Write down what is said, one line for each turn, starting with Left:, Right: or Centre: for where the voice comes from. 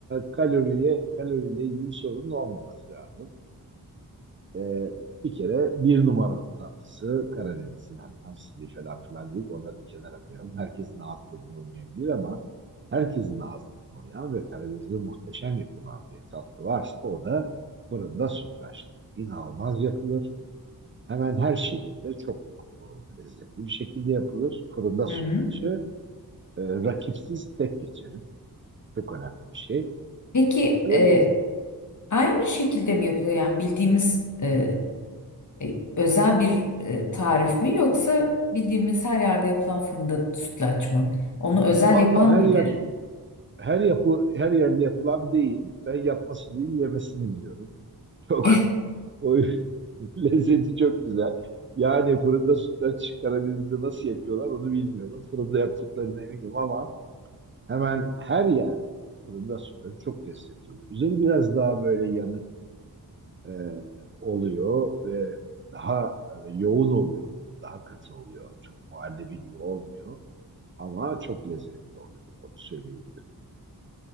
Right: kaloriye kaloriyle ilgili bir sorunun olmaması lazım. Ee, bir kere bir numaralı tatlısı Karadeniz'in hani hamsili falan filan deyip onları bir kenara koyalım. Herkesin ağız tadına uymayabilir ama herkesin ağız tadına uyan ve Karadeniz'de muhteşem yapılan bir tatlı varsa o da fırında sütlaç. İnanılmaz yapılır. Hemen her şehirde çok e, lezzetli bir şekilde yapılır. Fırında sütlaçı
Left: Hı hı.
Right: e, rakipsiz tek geçerim. Çok önemli bir şey.
Left: Peki
Right: Öyle,
Left: e, Aynı şekilde mi yapılıyor yani bildiğimiz e, e, özel bir e, tarif mi yoksa bildiğimiz her yerde yapılan fırında sütlaç mı? Onu özel
Right: valla
Left: yapan
Right: her
Left: nedir?
Right: yer her yapı her yerde yapılan değil. Ben yapması değil yemesini biliyorum. Çok
Left: <laughs>
Right: <laughs> o lezzeti çok güzel. Yani fırında sütlaç Karadeniz'de nasıl yapıyorlar onu bilmiyorum. Fırında yaptıklarına eminim ama hemen her yerde fırında sütlaç çok lezzetli oluyor. Üzeri biraz daha böyle yanık e, oluyor ve daha e, yoğun oluyor. Daha katı oluyor. Çok muhallebi gibi olmuyor ama çok lezzetli oluyor. Onu söyleyebilirim.